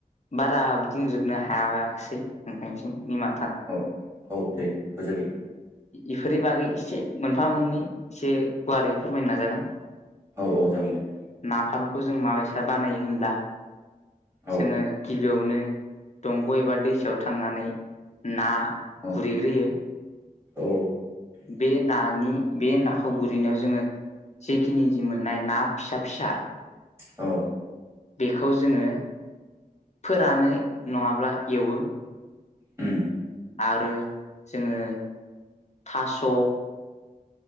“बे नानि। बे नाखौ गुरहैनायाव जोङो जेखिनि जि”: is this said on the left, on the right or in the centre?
Left